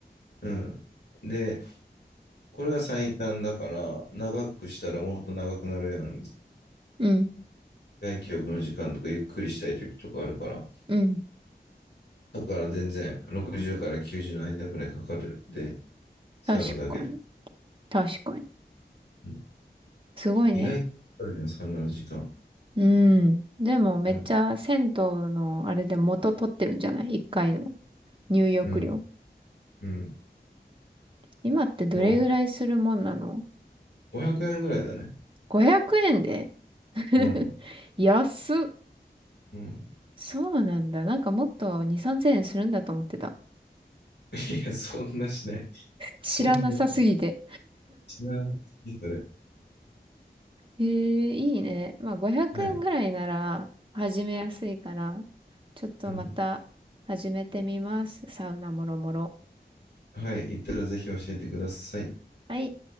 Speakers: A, on the left; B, on the right.
A: うん。で、これが最短だから、長くしたらもっと長くなるやん。
B: うん、
A: 外記憶の時間とかゆっくりしたい時とかあるから。
B: うん。
A: だから全然60から90の間くらいかかる。で、サウナだけで。
B: 確かに。確かに。
A: うん
B: すごいね。
A: 意外とかかるよ、サウナの時間。
B: うん。でもめっちゃ銭湯のあれで元取ってるんじゃない
A: うん。
B: ?1 回の入浴料。
A: うん。うん。
B: 今ってどれぐらいするもんなの
A: もう500円ぐらいだね。
B: ?500 円で <laughs>
A: うん。
B: 安っ。
A: うん。
B: そうなんだ。なんかもっと2、3000円するんだと思ってた。
A: いや、そんなしない。
B: 知らなさすぎて。
A: そんなし知らないそれ。
B: ええいいね。まあ500円ぐらいなら始めやすいから、
A: はい。
B: ちょっとまた始めてみます。
A: うん。
B: サウナもろもろ。
A: はい。行ったらぜひ教えてください。
B: はい。